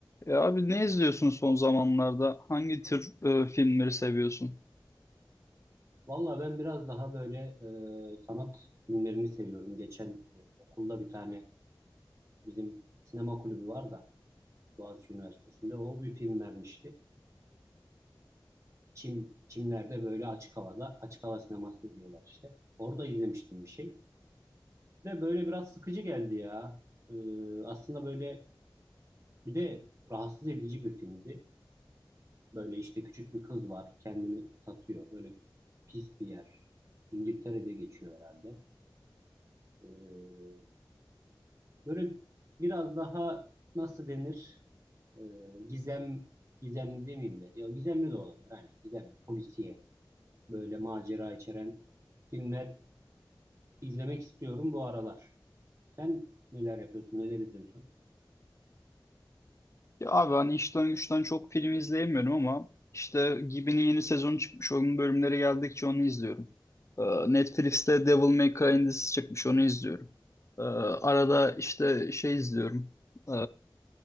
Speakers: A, on the left (about 35°); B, on the right (about 35°).
A: Ya abi ne izliyorsun son zamanlarda? Hangi tür e, filmleri seviyorsun?
B: Valla ben biraz daha böyle e, sanat filmlerini seviyorum. Geçen e, okulda bir tane bizim sinema kulübü var da Boğaziçi Üniversitesi'nde o bir film vermişti. Çim, Çimler'de böyle açık havada açık hava sineması diyorlar işte. Orada izlemiştim bir şey. Ve böyle biraz sıkıcı geldi ya. E, aslında böyle bir de rahatsız edici bir filmdi. Böyle işte küçük bir kız var kendini satıyor. Böyle pis bir yer. İngiltere'de geçiyor herhalde. E, Böyle biraz daha nasıl denir? Ee, gizem gizemli demeyeyim de. Ya gizemli de olabilir hani gizemli polisiye böyle macera içeren filmler izlemek istiyorum bu aralar. Sen neler yapıyorsun? Neler izliyorsun?
A: Ya abi hani işten güçten çok film izleyemiyorum ama işte Gibi'nin yeni sezonu çıkmış. Onun bölümleri geldikçe onu izliyorum. E, Netflix'te Devil May Cry dizisi çıkmış. Onu izliyorum. E, arada işte şey izliyorum. E,